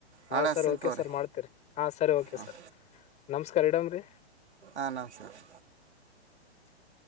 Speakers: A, on the left; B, on the right.
A: ಹಾ
B: ನಾಳೆ
A: ಸರ್
B: ಹಚ್ತೀನಿ
A: ಓಕೆ
B: ತೋರಿ
A: ಸರ್ ಮಾಡ್ತರಿ ಹಾ ಸರಿ ಓಕೆ
B: ಹಾಂ
A: ಸರ್ ನಮಸ್ಕಾರಾರ್ ಇಡಮ್ರರಿ
B: ಆ ನಮಸ್ಕಾರ
A: <inaudible>